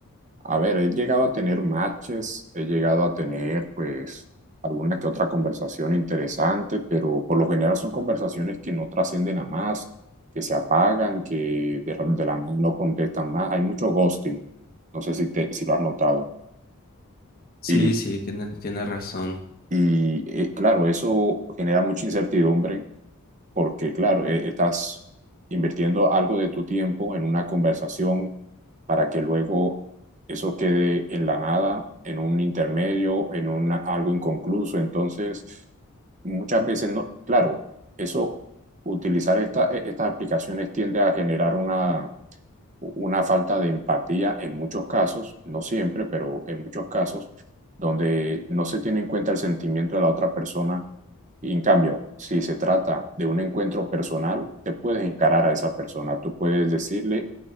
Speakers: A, on the right; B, on the left.
A: a ver, he llegado a tener matches, he llegado a tener pues alguna que otra conversación interesante, pero por lo general son conversaciones que no trascienden a más, que se apagan, que de, de la no contestan más, hay mucho ghosting, no sé si, te, si lo has notado.
B: Sí,
A: Y,
B: sí, tienes, tienes razón.
A: y eh, claro, eso genera mucha incertidumbre porque claro, e- estás invirtiendo algo de tu tiempo en una conversación para que luego eso quede en la nada, en un intermedio, en una, algo inconcluso. Entonces, muchas veces no, claro, eso, utilizar esta, e- estas aplicaciones tiende a generar una, una falta de empatía en muchos casos, no siempre, pero en muchos casos, donde no se tiene en cuenta el sentimiento de la otra persona y en cambio, si se trata de un encuentro personal, te puedes encarar a esa persona, tú puedes decirle